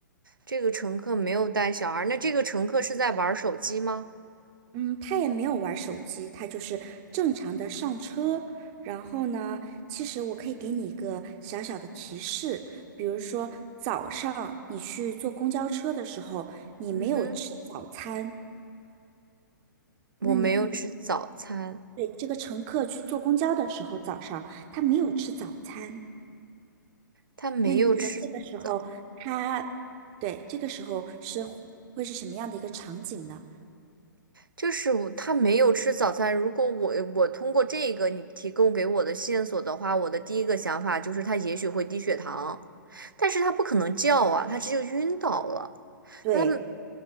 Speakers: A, on the right; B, on the right.
A: 这个乘客没有带小孩儿，那这个乘客是在玩手机吗？
B: 嗯，他也没有玩手机，他就是正常的上车。然后呢，其实我可以给你一个小小的提示，比如说早上你去坐公交车的时候，你没有吃早餐，
A: 嗯哼，我没有吃早餐，
B: 那你会对这个乘客去坐公交的时候，早上他没有吃早餐，
A: 他没有吃早，
B: 那你觉得这个时候他，对，这个时候是会是什么样的一个场景呢？
A: 就是我他没有吃早餐。如果我我通过这个你提供给我的线索的话，我的第一个想法就是他也许会低血糖，但是他不可能叫啊，他这就晕倒了。
B: 对，
A: 那。